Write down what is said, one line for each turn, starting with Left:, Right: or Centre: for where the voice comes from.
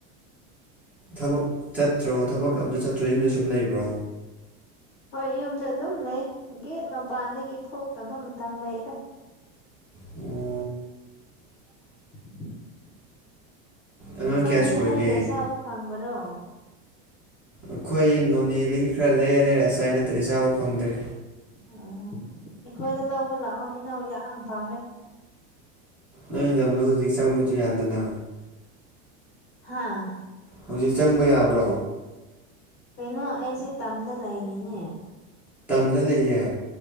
Centre: ꯊꯕꯛ ꯆꯠꯇ꯭ꯔꯣ ꯊꯕꯛ ꯑꯝꯇ ꯆꯠꯇ꯭ꯔꯣ ꯌꯨꯝꯗ ꯁꯨꯝ ꯂꯩꯕ꯭ꯔꯣ
Left: ꯍꯣꯏ ꯌꯨꯝꯗ ꯑꯗꯨꯝ ꯂꯩ ꯒꯦꯠ ꯃꯄꯥꯟꯗꯒꯤ ꯊꯣꯛꯇꯕ ꯃꯇꯝ ꯂꯩꯗ
Centre: ꯎꯝ
Left: <inaudible>
Centre: ꯑꯉꯥꯡ
Left: ꯅꯣꯏꯗꯤ
Centre: ꯀꯌꯥ ꯁꯨꯔꯒꯦ
Left: ꯍꯩꯒ ꯆꯥꯕ ꯐꯪꯕ꯭ꯔꯣ
Centre: ꯑꯩꯈꯣꯏ ꯅꯣꯅꯦꯗꯒꯤ ꯈꯔ ꯂꯩꯔ ꯂꯩꯔ ꯆꯥꯏ ꯅꯠꯇ꯭ꯔꯦ ꯆꯥꯕ ꯐꯪꯗ꯭ꯔꯦ
Left: ꯑꯣ ꯑꯩꯈꯣꯏꯗ ꯂꯧꯕ ꯂꯥꯛꯑꯣ ꯍꯩꯅꯧ ꯌꯥꯝ ꯄꯥꯜꯂꯦ
Centre: ꯅꯣꯏ ꯂꯝꯗ ꯍꯧꯖꯤꯛ ꯆꯪꯕꯁꯨ ꯌꯥꯗꯅ
Left: ꯍꯥꯥ
Centre: ꯍꯧꯖꯤꯛ ꯆꯪꯕ ꯌꯥꯕ꯭ꯔꯣ
Left: ꯀꯩꯅꯣ ꯑꯩꯁꯦ ꯇꯝꯅ ꯂꯩꯔꯤꯅꯦ
Centre: ꯇꯝꯗ ꯂꯩꯌꯦ